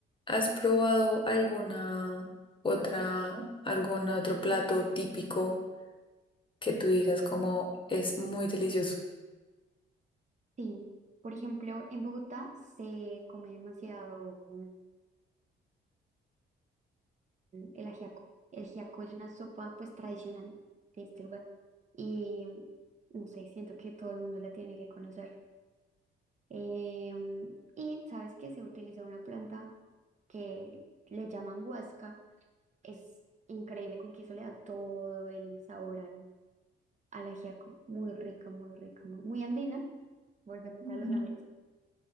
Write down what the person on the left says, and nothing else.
has probado alguna otra, algún otro plato típico que tú digas como es muy delicioso?
Ujú.